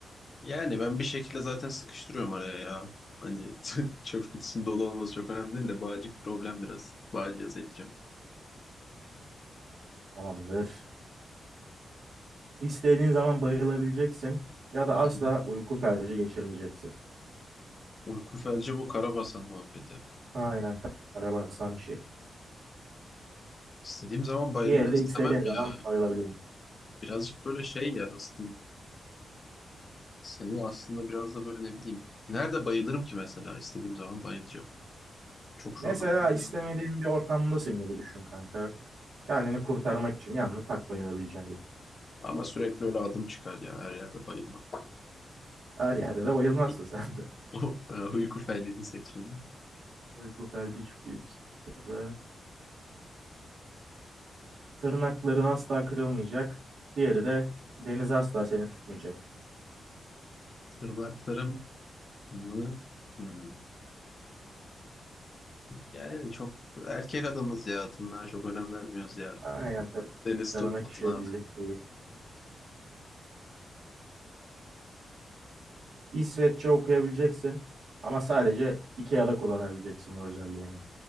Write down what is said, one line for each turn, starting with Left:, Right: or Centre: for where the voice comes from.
Left: Yani ben bir şekilde zaten sıkıştırıyorum araya ya. Hani <laughs> çöp kutusunun dolu olması çok önemli değil de bağcık problem biraz. Bağcıya yaz edeceğim.
Right: Tamamdır. İstediğin zaman bayılabileceksin ya da asla
Left: Hı.
Right: uyku felci geçirmeyeceksin.
Left: Uyku felci bu Karabasan muhabbeti.
Right: Aynen karabasan işi.
Left: İstediğim zaman bayılmak
Right: Diğeri de
Left: istemem
Right: istediğin zaman
Left: ya.
Right: ayrılabiliyor.
Left: Birazcık böyle şey ya nasıl diyeyim. Seni aslında biraz da böyle ne bileyim. Nerede bayılırım ki mesela istediğim zaman bayılacağım. Çok şu
Right: Mesela
Left: an aklıma
Right: istemediğin
Left: gelmedi.
Right: bir ortamdasın gibi düşün kanka. Kendini kurtarmak için yalnız tak bayılabileceğin gibi.
Left: Ama sürekli öyle adım çıkar ya her yerde bayılmak.
Right: Her yerde de bayılmazsın
Left: <laughs>
Right: <laughs> sen de.
Left: O e, uyku felcini seçeyim.
Right: Uyku felci çıkıyor üstüne. Tırnakların asla kırılmayacak. Diğeri de deniz asla seni tutmayacak.
Left: Tırnaklarım mı? Hmm. Yani çok erkek adamız ya. Tırnağa çok önem vermiyoruz ya.
Right: Aynen tır.
Left: Deniz
Right: Tırnak
Left: tutmasın
Right: işi
Left: abi.
Right: bizlik değil. İsveççe okuyabileceksin. Ama sadece IKEA'da kullanabileceksin bu özelliğini.